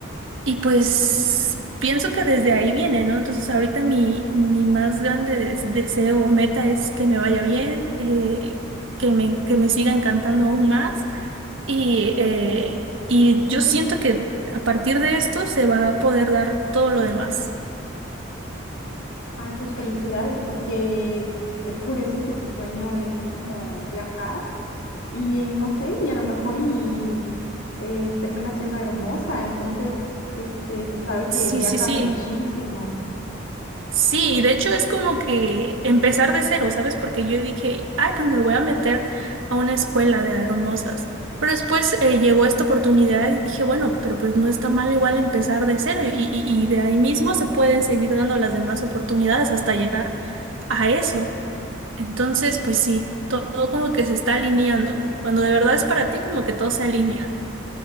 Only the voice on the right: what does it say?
y pues pienso que desde ahí viene, ¿no? Entonces ahorita mi, mi más grande des- deseo o meta es que me vaya bien, eh, que me, que me siga encantando aún más y, eh, y yo siento que a partir de esto se va a poder dar todo lo demás.
Sí,
sí, sí.
Sí, y de hecho es como que empezar de cero, ¿sabes? Porque yo dije, ay, pues me voy a meter a una escuela de hermosas. Pero después eh, llegó esta oportunidad y dije, bueno, pero pues no está mal igual empezar de cero y, y- y de ahí mismo se pueden seguir dando las demás oportunidades hasta llegar a eso. Entonces, pues sí, todo como que se está alineando. Cuando de verdad es para ti, como que todo se alinea.